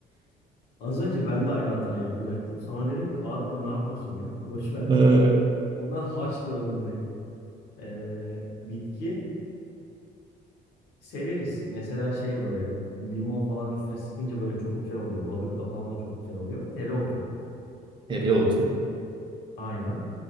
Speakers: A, on the left (about 80°); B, on the right (about 30°).
A: Az önce ben de aynı hatayı yapacaktım. Sonra dedim ki aa dedim ne yapıyorsun ya? Boş ver
B: Ee,
A: söyleme. Ondan haş diyorum direkt. E, bitki severiz. Mesela şey böyle limon falan üstüne sıkınca böyle çok güzel oluyor. Balıkla falan da çok güzel oluyor. Tereotu.
B: Hele oldu.
A: Aynen.